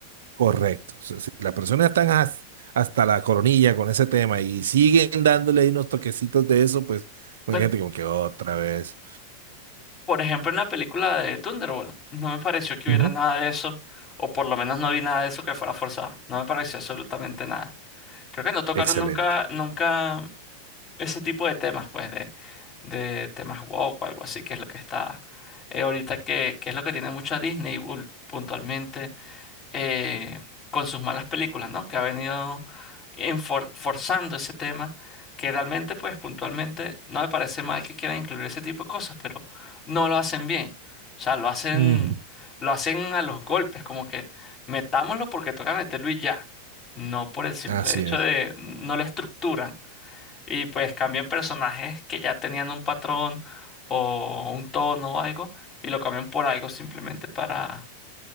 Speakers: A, on the right; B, on the left.
A: Correcto. O sea, si las personas están has- hasta la coronilla con ese tema y siguen dándole ahí unos toquecitos de eso, pues hay
B: Bueno,
A: gente como que otra vez.
B: por ejemplo, en la película de Thunderbolt, no me pareció que
A: Ujú.
B: hubiera nada de eso, o por lo menos no vi nada de eso que fuera forzado. No me pareció absolutamente nada. Creo que no tocaron
A: Excelente.
B: nunca, nunca. ese tipo de temas, pues, de, de temas woke o algo así, que es lo que está eh, ahorita, que, que es lo que tiene mucho a Disney ul- puntualmente eh, con sus malas películas, ¿no? Que ha venido enfor- forzando ese tema, que realmente, pues, puntualmente no me parece mal que quieran incluir ese tipo de cosas, pero no lo hacen bien. O sea, lo hacen,
A: Ujú.
B: lo hacen a los golpes, como que metámoslo porque toca meterlo y ya. No por el simple
A: Así
B: hecho
A: es,
B: de, no la estructuran y pues cambian personajes que ya tenían un patrón o un tono o algo y lo cambian por algo simplemente para,